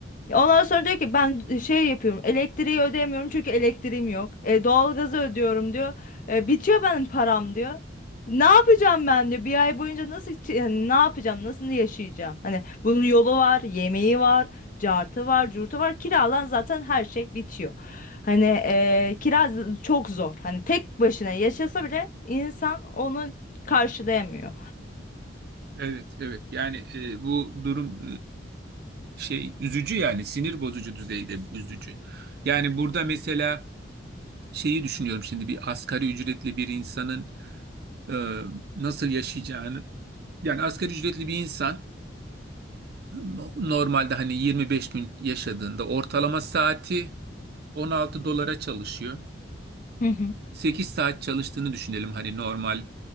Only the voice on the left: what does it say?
Ondan sonra diyor ki ben şey yapıyorum elektriği ödeyemiyorum çünkü elektriğim yok. E, doğalgazı ödüyorum diyor. E, bitiyor benim param diyor. Ne yapacağım ben diyor. Bir ay boyunca nasıl ç- hani ne yapacağım nasıl yaşayacağım. Hani bunun yolu var yemeği var cartı var curtu var kiralan zaten her şey bitiyor. Hani e, kira z- çok zor. Hani tek başına yaşasa bile insan onu karşılayamıyor.
Hı hı.